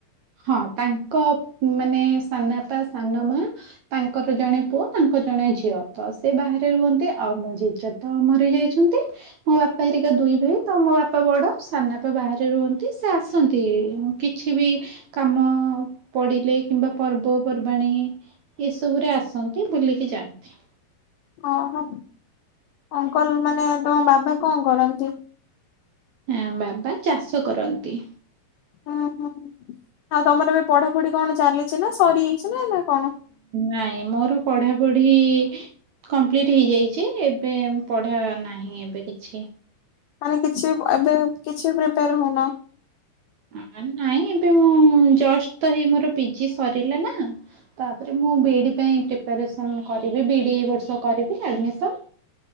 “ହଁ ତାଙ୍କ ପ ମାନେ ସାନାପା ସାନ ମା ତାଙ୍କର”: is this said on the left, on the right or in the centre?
Right